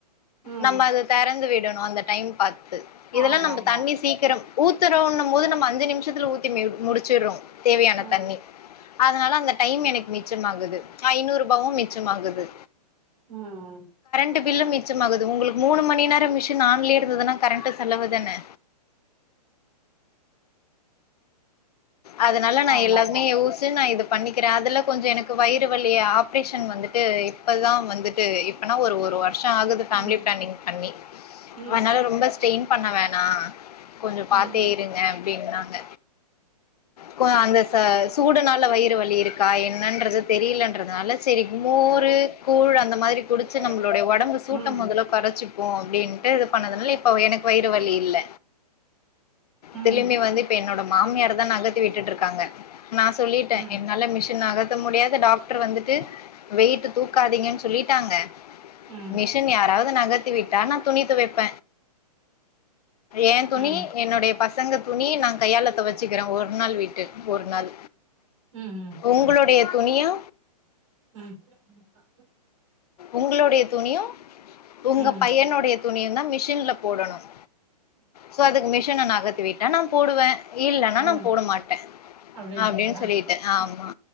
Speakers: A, on the right; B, on the left.
A: ம்
B: நம்ம அத தெறந்து விடணு அந்த டைம் பாத் து இதெல்லாம்
A: ஆமா
B: நம்ம
A: ஆமா
B: தண்ணி சீக்கிரம் ஊத்துறோன்னும் போது நம்ம அஞ்சு நிமிஷத்துல ஊற்றி மே முடிச்சிடுறோம் தேவையான
A: ம்
B: தண்ணி அதனால அந்த டைம் எனக்கு மிச்சமாகுது ஐநூறு ரூபாவும் மிச்சமாகுது
A: உம்
B: ட்டு பில்லும் மிச்சமாகுது உங்களுக்கு மூணுமணி நேரம் மிஷின் ஆன்லே இருந்துத்துன கரண்ட்டு சொலவு தானே அதனால நா
A: ஆமா
B: எல்லாமே
A: ஆமா
B: யோச்சு நா இது பண்ணிக்கிற அதுல கொஞ்ச எனக்கு வயிறு வலிய ஆப்ரேஷன் வந்துட்டு இப்பதான் வந்துட்டு இப்பனா ஒரு ஒருவ வாஷம் ஆகுது ஃபேமிலிபிளானிங்
A: ம்
B: பண்ணி
A: ம்
B: அதுனால ரொம்ப ஸ்டென் பண்ண வேணா கொஞ்ச
A: ம்
B: பாத்தே இருங்க அப்படின்னாங்க கோ அந்த ச சூடுனால வயிறு வலி இருக்கா என்னன்றது தெரியலன்றதுனால சேரி மோர்
A: ம் ம்
B: கூழ் அந்த மாதிரி குடிச்சு
A: ம்
B: நம்மலோடைய உடம்பு சூட்ட முதல்ல கொறைச்சி ஓ அப்டின்னுட்டு இது பண்ணதுனாலப் இப்ப எனக்கு வயிறு வலி இல்ல
A: ம்
B: திரும்பி வந்து இப்ப என்னோட மாமியார் தான் நக விட்டுட்டு இருக்காங்க நா சொல்லிட்டேன்
A: ம்
B: என்னால மிஷின் ஆக முடியாத டாக்டர் வந்துட்டு வெயிட்டு தூக்காதீங்கன்னு சொல்லிட்டாங்க
A: ம் ம்
B: மிஷன் யாராவத நகர்த்திவிட்டா நா துணி துவைப்ப ஏன் துணி
A: ம்
B: என்னுடைய பசங்க துணி நா கையாள துவச்சுக்கிறே ஒரு ஒரு நாள் விட்டு ஒரு நாள்
A: ம்
B: உங்களுடைய துணியா
A: ம்
B: உங்களுடைய துணியும் உங்க
A: ம்
B: பையனுடைய துணியும் தான் மிஷின்ல போடணும் சோ அதுக்கு மிஷன நா நகதி விட்டா நான் போடுவேன் இல்லனா
A: ம்
B: நா போட மாட்டேன்
A: அப்டின்ட்டீங்களா
B: அப்படின்னு சொல்லிட்டேன் ஆமா